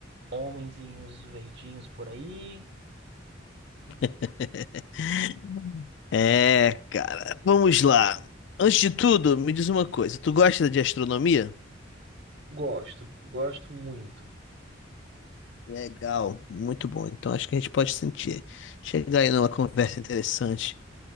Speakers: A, on the right (about 60°); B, on the left (about 65°).
A: homenzinhos verdinhos por aí,
B: <laughs> É, cara, vamos lá. Antes de tudo, me diz uma coisa. Tu gosta de astronomia?
A: Gosto, gosto muito.
B: Legal, muito bom. Então acho que a gente pode sentir. Chegar aí numa conversa interessante,